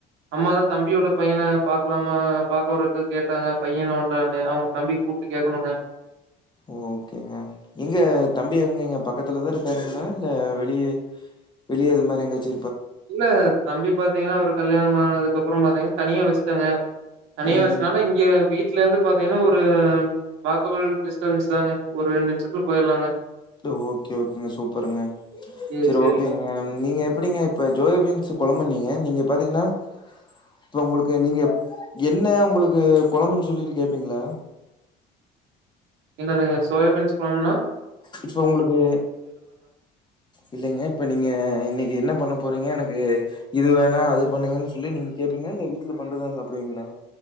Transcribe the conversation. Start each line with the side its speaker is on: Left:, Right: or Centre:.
Right: அம்மாதா தம்பியோட பையன பாக்கலாமா பாக்கவறக்கு கேட்டாங்க பையே என்ன பண்றானு அவுங்க தம்பிக் கூப்ட்டு கேக்கணுங்க
Left: ஓகேங்க எங்க தம்பி எங்கைங்க பக்கத்துலதா இருக்காருங்களா இல்ல வெளியே வெளியே இது மாரி எங்யாச்சு
Right: இல்ல தம்பி பாத்தீங்கன்னா அவுருக் கல்யாணோ ஆனதுக்கப்புறம் பாத்தீங்கன்னா தனியா வச்சுட்டாங்க தனியா
Left: ம்
Right: வச்சுனால இங்க வீட்லருந்து பாத்தீங்கன்னா ஒரு வாக்கபல் டிஸ்டன்ஸ் தாங்க ஒரு ரெண்டு நிஷத்துல போயிலாங்க
Left: ட்டு ஓகே ஓகேங்க சூப்பருங்க
Right: ஏ
Left: செரி
Right: சரிங்க.
Left: ஓகேங்க நீங்க எப்பிடிங்க இப்ப ஜொயா பீன்ஸ் கொழம்பிண்ணிங்க நீங்க பாத்தீங்கன்னா இப்ப உங்களுக்கு நீங்க ப் என்ன உங்களுக்கு குழம்புன்னு சொல்லிட்டு கேப்பீங்களா
Right: இல்லேல்லங்க சோயாபீன்ஸ் கொழம்புன்னா
Left: இப்போ உங்களுக்கு இல்லைங்க இப்ப நீங்க இன்னைக்கி என்ன பண்ண போறீங்க எனக்கு இது வேணா அது பண்ணுங்கன்னு சொல்லி நீங்க கேப்பீங்களா இல்ல வீட்ல பண்றதுதா சாப்டுவீங்களா